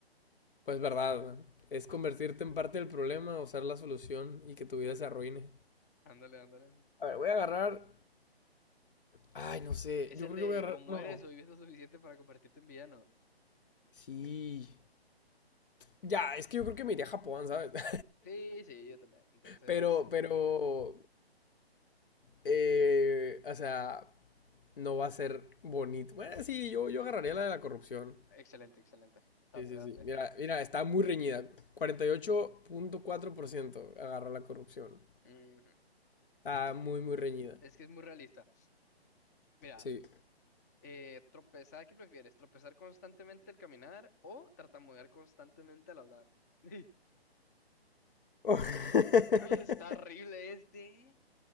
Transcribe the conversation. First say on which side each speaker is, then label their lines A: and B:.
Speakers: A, on the left; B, on the left.
A: Pues verdad, es convertirte en parte del problema o ser la solución y que tu vida se arruine.
B: Ándale, ándale.
A: A ver, voy a agarrar... Ay, no sé,
B: Es
A: yo
B: el
A: creo
B: de
A: que voy a agarrar...
B: o mueres
A: No,
B: o vives lo suficiente para convertirte en villano.
A: sí. Ya, es que yo creo que me iría a Japón, ¿sabes? <laughs>
B: Sí, sí, yo también. Entonces,
A: Pero, pero eh, o sea, no va a ser bonito. Bueno, sí, yo, yo agarraría la de la corrupción.
B: excelente, excelente. Date,
A: Sí, sí,
B: date.
A: sí. Mira, mira, está muy reñida. cuarenta y ocho punto cuatro por ciento agarra la corrupción.
B: Ujú.
A: Está
B: Es
A: muy,
B: que,
A: muy reñida.
B: es que es muy realista. Mira,
A: Sí.
B: eh, tropezar, ¿qué prefieres? ¿Tropezar constantemente al caminar o tartamudear constantemente al hablar? <laughs> Oye,
A: <laughs>
B: está horrible este.